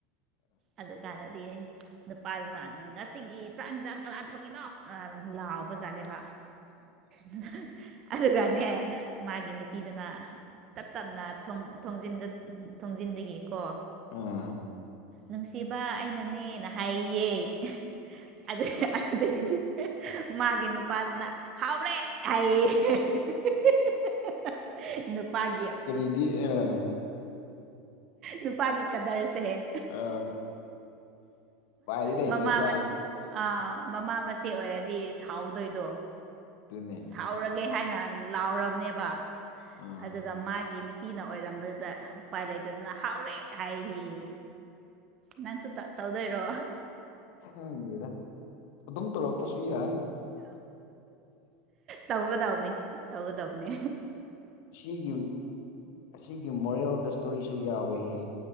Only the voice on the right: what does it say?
ꯑꯗꯨꯀꯥꯟꯗꯗꯤ ꯅꯨꯄꯥꯗꯨꯅ ꯉꯁꯤꯒꯤ ꯆꯥꯛ ꯌꯦꯟꯁꯥꯡ ꯀꯅꯥ ꯊꯣꯛꯏꯅꯣ ꯂꯥꯎꯕꯥꯖꯠꯅꯦꯕ ꯑꯗꯨꯒ ꯑꯗꯨꯒꯅꯦ ꯃꯥꯒꯤ ꯅꯨꯄꯤꯗꯨꯅ ꯇꯞ ꯇꯞꯅ ꯊꯣꯡ ꯊꯣꯡꯖꯤꯟꯗ ꯊꯣꯡꯖꯤꯟꯗꯒꯤꯀꯣ
ꯅꯨꯡꯁꯤꯕ ꯑꯩꯅꯅꯦ ꯍꯥꯏꯌꯦꯌꯦ ꯑꯗꯨ ꯑꯗꯨꯗꯒꯤꯗꯤ ꯃꯥꯒꯤ ꯅꯨꯄꯥꯗꯨꯅ ꯍꯥꯎꯔꯦ ꯍꯥꯏꯌꯦ <unintelligible> ꯅꯨꯄꯥꯒꯤ
ꯅꯨꯄꯥ ꯅꯨꯄꯥꯒꯤ ꯀꯗꯔꯁꯦ
ꯃꯃꯥ ꯃꯁ ꯑꯥ ꯃꯃꯥ ꯃꯆꯦ ꯑꯣꯏꯔꯗꯤ ꯁꯥꯎꯗꯣꯏꯗꯣ
ꯂꯥꯎꯔꯒꯦ ꯍꯥꯏꯅ ꯂꯧꯔꯕꯅꯦꯕꯥ
ꯑꯗꯨꯒꯥ ꯃꯥꯒꯤ ꯅꯨꯞ ꯄꯤꯅ ꯑꯣꯏꯔꯝꯕꯗꯨꯗ ꯎꯄꯥꯏ ꯂꯩꯇꯗꯅ ꯍꯥꯎꯔꯦ ꯍꯥꯏꯌꯦꯌꯦ ꯅꯪꯁꯨ ꯇꯧ ꯇꯧꯗꯣꯏꯔꯣ
ꯑ ꯇꯧꯒꯗꯕꯅꯤ ꯇꯧꯒꯗꯕꯅꯤ